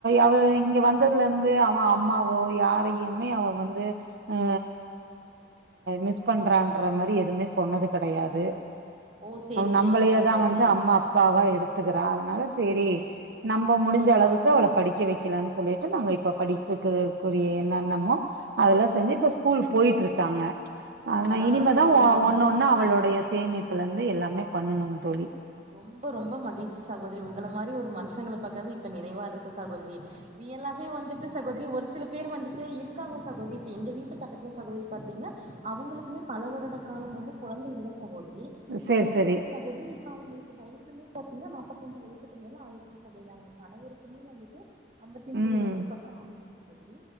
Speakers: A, on the right; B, on the right.
A: அவ இங்க வந்ததுலருந்து அவ அம்மாவோ யாரையுமே அவ வந்து ஆ மிஸ் பண்றான்ற மாரி எதுவுமே சொன்னது கெடையாது
B: ஓ சேரி
A: நம்மளயேதா
B: சேரிங்க சகோதரி
A: வந்து அம்மா அப்பாவா எடுத் துக்கற அதனால செரி நம்ம முடிஞ்ச அளவுக்கு அவள படிக்க வெக் கலானு சொல்லிட்டு நாங்க இப்ப படிப்புக்குக்குரிய என்னெண்ணமோ அதெல்லா செஞ்சு இப்ப ஸ்கூல் போயிட்டு இருக்காங்க ஆனா
B: பரவால்ல
A: இனிமேதா
B: சகோதரி ரொம்ப
A: ஒன்னொன்னா அவளுடைய சேமிப்புல இருந்து எல்லாமே பண்ணணு தோழி
B: ரொம்ப ரொம்ப மகிழ்ச்சி சகோதரி உங்கள மாரி ஒரு மனுஷங்கள பக்கற இப்ப நிறைவா இருக் கு சகோதரி ரியலாவே வந்துட்டு சகோதரி ஒரு சில பேர் வந்துட்டு இருக் காங்க சகோதரி எங்க வீட்டு பக்கத்தில சகோதரி பார்த்தீங்ன்னா அவங்களுக்குமே பல வருட காலம் வந்து குழந்தை இல்ல சகோதரி
A: சேரி
B: அவங்க
A: சேரி
B: என்னன்னா சகோதரி இப்ப அவங்களுக்கு வயசுமே பாத்தீங்க நாப்பத்தஞ்சு வயசுக்கு மேல ஆயிறுச்சி சகோதரி அவங்க கணவருக்குமே வந்துட்டு ஐம்பத்தி மூணு
A: ம்
B: வயசு பக்கோ ஆகுது சகோதரி